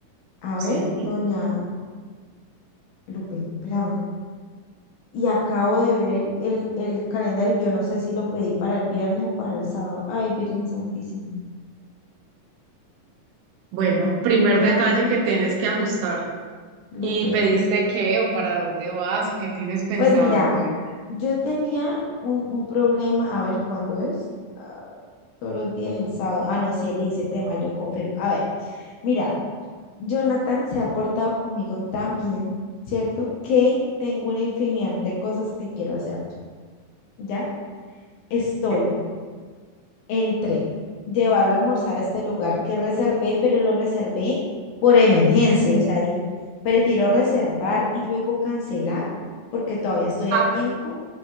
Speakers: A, on the left; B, on the right.
A: A
B: Sí.
A: ver, doña Lupe, espérame. y acabo de ver el, el, el calendario. Yo no sé si lo pedí para el viernes o para el sábado. Ay, Virgen Santísima,
B: Bueno,
A: espérame,
B: primer
A: llámame,
B: detalle que tienes que ajustar.
A: Lupe.
B: ¿Y pediste qué o para dónde vas o qué tienes pensado?
A: Pues mira,
B: A ver.
A: yo tenía un, un problema, a ver, ¿cuándo es? Ah, todos los días el sábado. Ah, no, sí, el 17 de mayo, confirmo. A ver, mira, Jonathan se ha portado conmigo tan bien, ¿cierto? Que tengo una infinidad de cosas que quiero hacerle, ¿ya? Estoy
B: ok.
A: entre llevarlo a almorzar a este lugar que reservé, pero lo reservé por emergencia. O sea, dije, prefiero reservar y luego cancelar porque todavía estoy
B: A,
A: a tiempo.